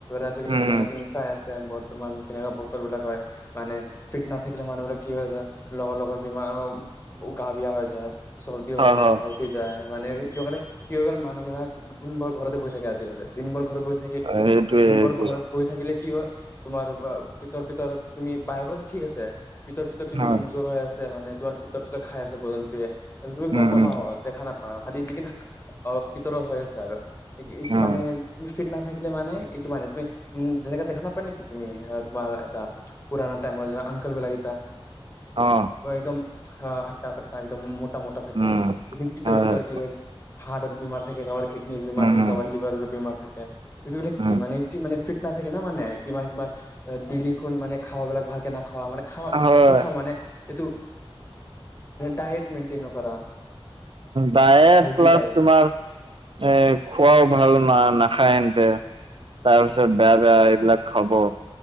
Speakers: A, on the left; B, on the right.
A: আজিকালি
B: উম
A: যেনেকা তুমি চাই আছে বৰ্তমান কেনেকুৱা বতৰ বিলাক হয় মানে ফিট নাথাকিলে মানুহবিলাক কি হৈ যায় লগৰ লগৰ বিমাৰ হওঁক গা বেয়া হৈ যায় চৰ্দি হৈ
B: হয়
A: যায়
B: হয়
A: খা উঠি যায় মানে ক কৰে কি কল মানুহবিলাক দিনবোৰ ঘৰতে বৈ থাকে আজিকালি দিনবোৰ ঘৰত বৈ থাকিল
B: সেইটোৱে
A: দিনবোৰ
B: সেইটোৱে
A: ঘৰত বৈ থাকিলে কি হ'ল তোমাৰ বা পিতৰ পিতৰ তুমি বাহিৰ পৰা ঠিক আছে। পিতৰ পিতৰত তুম
B: হয়
A: কমজোৰ হৈ আছে মানে তোমাৰ পিতৰ পিতৰ খাই আছ ব জন্তুয়ে। তুমি
B: উম
A: গম নাপাওঁ
B: উম
A: দেখা নাপাও খালি লকিন অ পিতৰ হৈ আছে আৰু এই
B: হয়
A: মানে তুমি ফিট নাথাকিলে মানে। ইটো মানে তুমি উম যেনেকে দেখা নাপায় নেকি তুমি তোমাৰ এটা পুৰা টাইমৰ অংকল বিলাক।
B: অ
A: একদম হাটটা কটা একদম। মটা মোটা থাকে
B: উম
A: ন পিতৰ
B: হয়
A: পিতৰ
B: হয়
A: কি হাৰ্টৰ বীমাৰ থাকে কৰাৰ নি বেমাৰ
B: উম
A: থাকে কাৰোবাৰ
B: উম
A: লিভাৰৰ বেমাৰ থাকে এইবিলাক
B: উম
A: কি মানে ই মানে ফিট না থাকে না মানে। কিবা কিবা ডেইলিখন মানে খাবলাক ভালকে নাখোৱাা মানে খ
B: হয়
A: ভালকে খাওঁ মানে এইটো। ডায়ট মেনটেইন নকৰা।
B: ডায়েট
A: হেল্ডি
B: প্লাছ
A: ডায়েট
B: তোমাৰ এ খোৱাও ভাল ন না। খাই এনতে তাৰ পিছত বেয়া বেয়া এইবিলাক খাব।